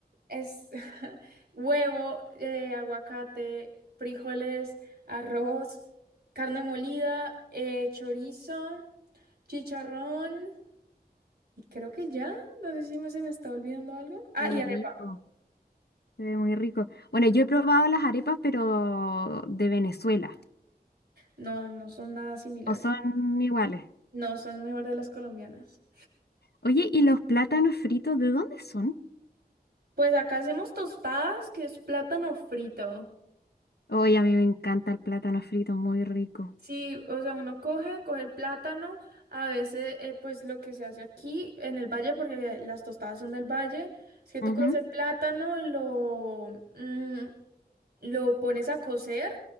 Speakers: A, on the right; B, on the left.
A: es, <laughs> huevo, eh, aguacate, frijoles, arroz, carne molida, eh, chorizo, chicharrón. Y creo que ya, no sé si me- se me está olvidando algo. Ah,
B: Se ve
A: y arepa.
B: rico. Se ve muy rico. Bueno, yo he probado las arepas, pero de Venezuela.
A: No, no son nada similares.
B: No son iguales.
A: No, son lo mejor de las colombianas.
B: Oye, ¿y los plátanos fritos de dónde son?
A: Pues acá hacemos tostadas, que es plátano frito.
B: Oye, a mí me encanta el plátano frito, muy rico.
A: Sí, o sea, uno coge, coge el plátano, a veces eh, pues lo que se hace aquí en el valle, porque las tostadas son del valle, es que tú
B: Ujú.
A: coges el plátano, lo, mm, lo pones a cocer,